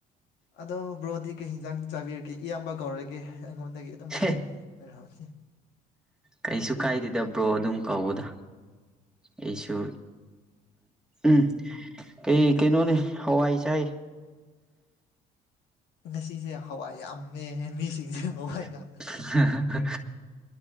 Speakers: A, on the left; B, in the centre.
A: ꯑꯗꯣ ꯕ꯭ꯔꯣꯗꯤ ꯀꯩ ꯌꯦꯟꯖꯥꯡ ꯆꯥꯕꯤꯔꯒꯦ ꯏꯌꯥꯝꯕ ꯀꯧꯔꯒꯦ ꯑꯩꯉꯣꯟꯗꯒꯤ ꯑꯗꯨꯝ
B: ꯍꯦ
A: ꯑꯍꯟ ꯑꯣꯏꯔꯕꯅꯤ
B: ꯀꯩꯁꯨ ꯀꯥꯏꯗꯦꯗꯥ ꯕꯔꯣ ꯑꯗꯨꯝ ꯀꯧꯑꯣꯗ ꯑꯩꯁꯨ ꯎꯝ ꯀꯩ ꯀꯩ ꯅꯣꯅꯤ ꯍꯋꯥꯏ ꯆꯥꯏ
A: ꯉꯁꯤꯁꯦ ꯍꯋꯥꯏ ꯌꯥꯝꯃꯦ ꯃꯤꯁꯤꯡꯁꯦ ꯍꯋꯥꯏ ꯉꯥꯛꯇ
B: <unintelligible>